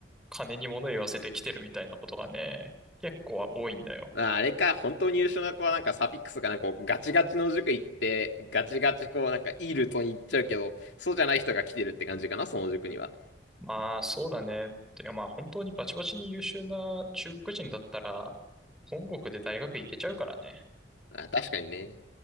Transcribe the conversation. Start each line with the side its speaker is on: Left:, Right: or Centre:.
Centre: 金に物言わせて来てるみたいなことがね、結構は多いんだよ。
Left: まああれか、本当に優秀な子はなんかサフィックスかなんかこうガチガチの塾行って、ガチガチこうなんかいいルートに行っちゃうけど、そうじゃない人が来てるって感じかな、その塾には。
Centre: まあ、そうだね。てかまあ、本当にバチバチに優秀な中国人だったら、本国で大学行けちゃうからね。
Left: ああ、確かにね。